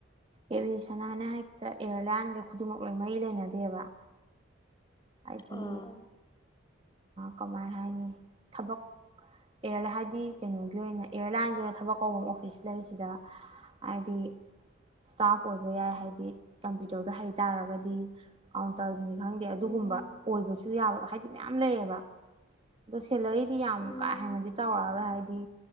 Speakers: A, on the right; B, on the left.
A: ꯑꯦꯚꯁꯅꯥꯅ ꯍꯦꯛꯇ ꯑꯦꯌꯥꯔꯂꯥꯏꯟꯒ ꯈꯨꯗꯤꯡꯃꯛ ꯂꯣꯏ ꯃꯔꯤ ꯂꯩꯅꯗꯦꯕ ꯍꯥꯏꯗꯤ
B: ꯑꯥ
A: ꯀꯃꯥꯏ ꯍꯥꯏꯅꯤ ꯊꯕꯛꯔ ꯍꯥꯏꯗꯤ ꯀꯩꯅꯣꯒꯤ ꯑꯣꯏꯅ ꯑꯦꯌꯥꯔꯂꯥꯏꯟꯒꯤ ꯑꯣꯏꯅ ꯊꯕꯛ ꯀꯧꯕ ꯑꯣꯐꯤꯁ ꯂꯩꯁꯤꯗ ꯍꯥꯏꯗꯤ ꯏꯁꯇꯥꯐ ꯑꯣꯏꯕ ꯌꯥꯏ ꯍꯥꯏꯗꯤ ꯀꯝꯄ꯭ꯌꯨꯇꯔꯗ ꯍꯩ ꯇꯥꯔꯒꯗꯤ ꯀꯥꯎꯟꯇꯔꯒꯤꯅꯤ ꯈꯪꯗꯦ ꯑꯗꯨꯒꯨꯝꯕ
B: ꯎꯝ
A: ꯑꯣꯏꯕꯁꯨ ꯌꯥꯕ ꯍꯥꯏ ꯁꯤ ꯃꯌꯥꯝ ꯂꯩꯌꯦꯕ ꯑꯗꯣ ꯁꯦꯂꯔꯤꯗꯤ ꯌꯥꯝ
B: ꯎꯝ
A: ꯀꯥ ꯍꯦꯟꯅꯗꯤ ꯇꯧꯔꯔꯣꯏ ꯍꯥꯏꯗꯤ